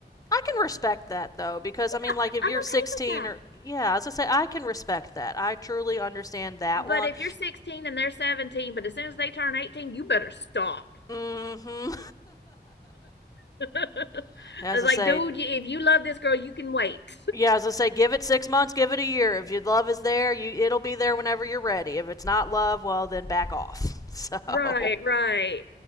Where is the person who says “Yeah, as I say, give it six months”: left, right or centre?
Left